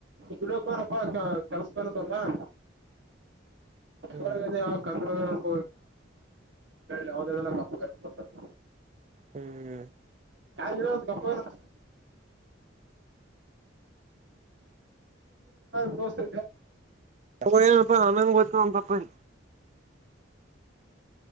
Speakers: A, on the right (about 60°); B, on the right (about 35°).
A: <inaudible> ಹಡಕಣಪ್ಪಾ ಕೆಲ್ಸ ಕಾಣದಲ್ಲ <inaudible>
B: ಹ್ಮ್
A: ಹೊ ಯಾವ ಯಾವುದಲ್ಲ ಕಪ್ಪ <inaudible>
B: ಹ್ಮ್ <inaudible>
A: ಯರ ಗಪ್ಪ ಇತ್ತ <inaudible> ದೋಸ್ತ
B: ಹಯ ಅ ಆಂಗ ಬತ್ತುಿ